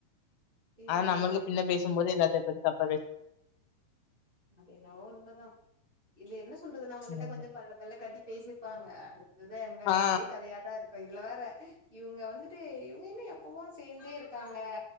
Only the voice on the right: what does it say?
இது
நம்ம
அது என்னவோ உண்மதா இது என்ன சொல்றது நம்மகிட்ட
கொஞ்ச பல்ல பல்ல காட்டி பேசிப்பாங்க அடு இதுதா எங்க
ஒரே கதையாதா இருக் ப்ப இதுல வேற இவுங்க வந்துட்டு இவுங்க என்ன எப்பவு சேந்தே இருக்காங்க